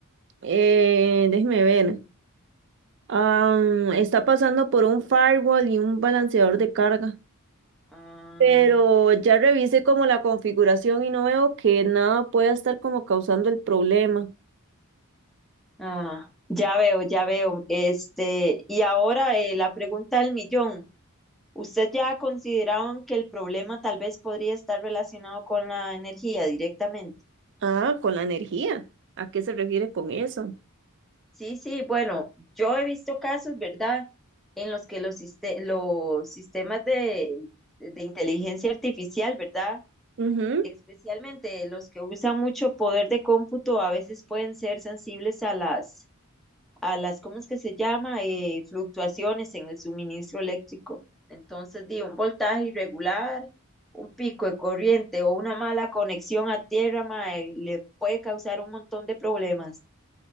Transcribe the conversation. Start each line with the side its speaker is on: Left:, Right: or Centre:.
Right: Eh, déjeme ver. Am, está pasando por un firewall y un balanceador de carga.
Centre: Ah,
Right: Pero ya revisé como la configuración y no veo que nada pueda estar como causando el problema.
Centre: ah, ya veo, ya veo. Este, y ahora eh, la pregunta del millón. ¿Usted ya ha considerado en que el problema tal vez podría estar relacionado con la energía directamente?
Right: Ah, con la energía. ¿A qué se refiere con eso?
Centre: Sí, sí, bueno, yo he visto casos, ¿verdad?, en los que los, siste- los sistemas de, de inteligencia artificial, ¿verdad?,
Right: Ujú.
Centre: especialmente los que usan mucho poder de cómputo, a veces pueden ser sensibles a las, a las, ¿cómo es que se llama?, Eh, fluctuaciones en el suministro eléctrico. Entonces, di, un voltaje irregular, un pico de corriente o una mala conexión a tierra, mae, le puede causar un montón de problemas.